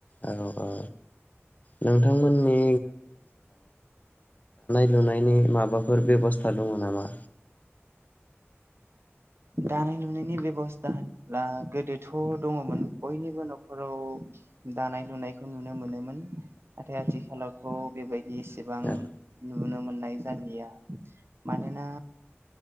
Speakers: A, on the left; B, on the right.
A: औ औ नोंथांमोननि नुनाय नि माबाफोर बेब'स्था दङ नामा
B: दानाय लुनायनि बेब'स्था होनब्ला गोदोथ' दङमोन बयनिबो न'खराव दानाय लुनायखौ नुनो मोनोमोन नाथाय आथिखालावथ' बेबायदि सेबां
A: औ
B: नु नुनो मोननाय जलिया मानोना